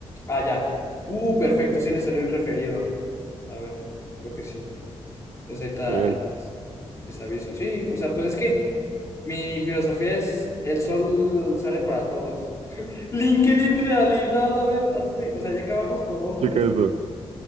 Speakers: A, on the left (about 25°); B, on the right (about 80°).
A: Ah, ya. Uh, perfecto, sí le salió el referido. A ver, creo que sí. Entonces ahí está
B: bien,
A: el desaviso. Sí, o sea, pues es que mi filosofía es: el sol sale para todos. LinkedIn realidad, a ver, antes de- o sea, ya acabamos, pues vamos
B: chica
A: a ver.
B: eso.